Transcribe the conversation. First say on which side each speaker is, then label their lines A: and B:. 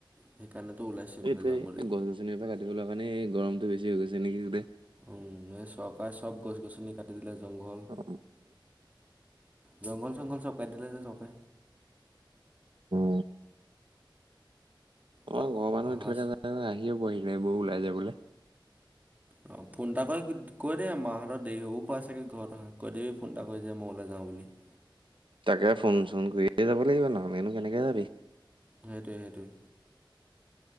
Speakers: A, on the right; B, on the right.
A: সেইকাৰণেতো ওলাইছোঁ এইফালে
B: এইটোয়ে
A: যাম বুলি
B: গছ, গছনিৰ পৰা কাটিব কাৰণে এই গৰমতটো বেছি হৈ গৈছে নেকি।
A: উম, এই চৰকাৰে চব গছ, গছনি কাটি দিলে। জংঘল
B: অক
A: জংঘল চংঘল চব কাটি দিলে যে চকে
B: উ, অ, ঘৰৰ
A: পা
B: মানুহ
A: পাহাৰ
B: এতিয়ালৈকে য আহিয়ে পোৱাহি নাই। এবৌ ওলাই যায় বোলে।
A: অ, ফোন এটা কৰি কৈ দে মাহঁতৰ দেৰি হ'ব পৰা চাগৈ ঘৰত অহ, কৈ দিবি ফোন এটা কৰি যে মই উলাই যাওঁ বুলি <inaudible>
B: তাকে ফোন চোন কৰিয়ে যাব লাগিবা নহলেনো কেনেকে যাবি।
A: সেইটোৱে, সেইটোৱে।